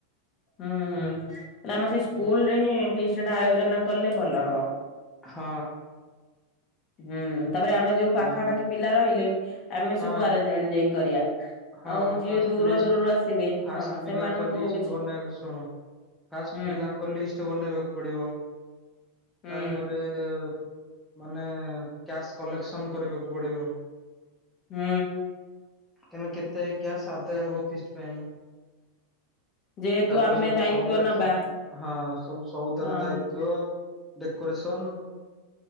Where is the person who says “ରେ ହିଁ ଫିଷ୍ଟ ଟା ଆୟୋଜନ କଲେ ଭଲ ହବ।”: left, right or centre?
Left